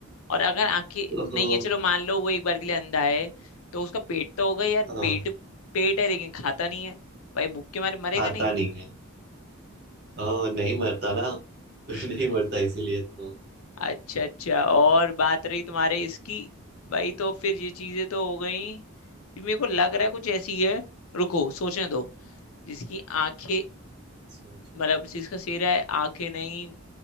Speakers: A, on the left; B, on the right.
A: और अगर आंखें
B: हाँ
A: नहीं है चलो मान लो वो एक बार के लिए अंधा है तो उसका पेट तो होगा यार
B: हाँ,
A: पेट पेट है लेकिन खाता नहीं है भाई भूख के मारे
B: <laughs>
A: मरेगा
B: खाता
A: नहीं
B: नहीं है। हाँ नहीं मरता ना <laughs>
A: हम्म
B: नहीं मरता इसीलिए तो
A: अच्छा अच्छा और बात रही तुम्हारे इसकी भाई तो फिर ये चीजें तो हो गई ये मेरे को लग रहा है कुछ ऐसी है रुको सोचने दो जिसकी आंखें
B: सोचो
A: मतलब जिसका सिर है आंखें नहीं